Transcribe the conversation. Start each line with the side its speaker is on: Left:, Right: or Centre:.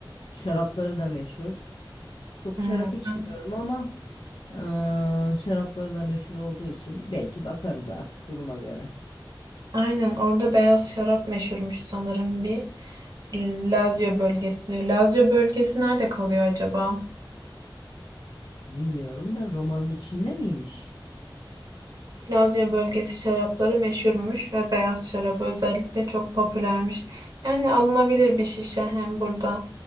Left: Şarapları da meşhur. Çok
Right: Hmm.
Left: şarap içmiyorum ama eee, şarapları da meşhur olduğu için belki bakarız artık duruma göre.
Right: Aynen orada beyaz şarap meşhurmuş sanırım bir. Lazio bölgesi diyor. Lazio bölgesi nerede kalıyor acaba?
Left: Bilmiyorum da romanın içinde miymiş?
Right: Lazio bölgesi şarapları meşhurmuş ve beyaz şarap özellikle çok popülermiş. Yani alınabilir bir şişe hem burada